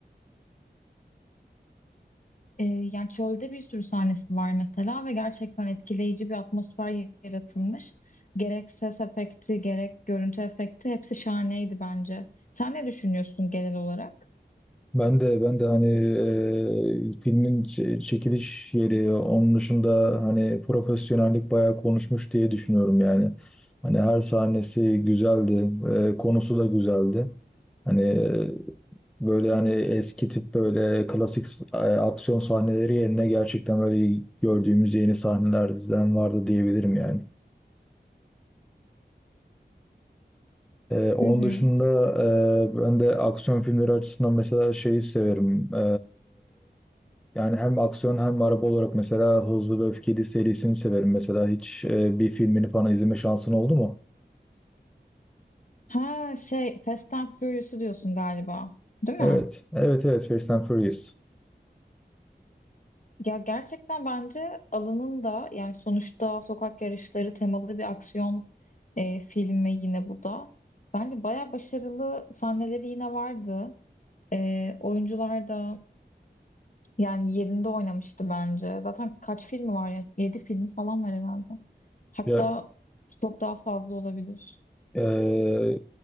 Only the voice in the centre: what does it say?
Ben de ben de hani e, filmin ç- çekiliş yeri onun dışında hani profesyonellik bayağı konuşmuş diye düşünüyorum yani. Hani her sahnesi güzeldi, e, konusu da güzeldi. Hani e, böyle hani eski tip böyle klasik s- e, aksiyon sahneleri yerine gerçekten böyle gördüğümüz yeni sahnelerden vardı diyebilirim yani. Ee, onun
dışında e, ben de aksiyon filmleri açısından mesela şeyi severim. Ee, yani hem aksiyon hem araba olarak mesela Hızlı ve Öfkeli serisini severim. Mesela hiç e, bir filmini falan izleme şansın oldu mu?
Evet, evet, evet. Fast and Furious.
Ya,
e,